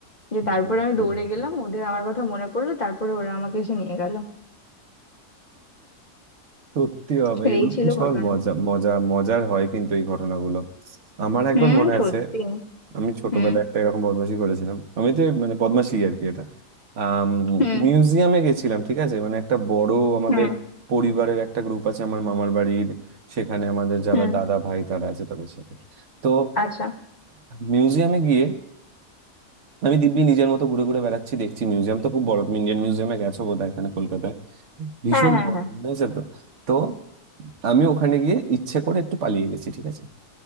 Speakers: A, on the left; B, on the right.
A: যে তারপরে
B: দুঃখের
A: আমি দৌড়ে
B: ব্যাপার।
A: গেলাম ওদের আমার কথা মনে পড়লো তারপরে ওরা আমাকে এসে নিয়ে গেল
B: সত্যি বাবা
A: তো
B: এগুলো
A: এই ছিল
B: ভীষণ
A: ঘটনা
B: মজা মজা মজার হয় কিন্তু এই ঘটনাগুলো আমার একবার
A: হুম
B: মনে
A: সত্যি
B: আছে আমি ছোটবেলায়
A: হুম
B: একটা এরকম বদমাশি করেছিলাম আমি তো মানে বদমাশি আর কি এটা আম,
A: হুম
B: মিউজিয়ামে গেছিলাম ঠিক আছে মানে একটা বড় আমাদের
A: হুম
B: পরিবারের একটা গ্রুপ আছে আমার মামার বাড়ির সেখানে আমাদের যারা
A: হুম
B: দাদা ভাই তারা আছে তাদের সাথে তো
A: আচ্ছা
B: মিউজিয়ামে গিয়ে আমি দিব্যি নিজের মতো ঘুরে ঘুরে বেড়াচ্ছি দেখছি মিউজিয়াম তো খুব বড় তুমি ইন্ডিয়ান মিউজিয়ামে গেছো বোধহয় এখানে কলকাতায় ভীষণ
A: হ্যাঁ হ্যাঁ
B: বড়
A: হ্যাঁ
B: হয়েছে তো তো আমি ওখানে গিয়ে ইচ্ছে করে একটু পালিয়ে গেছি ঠিক আছে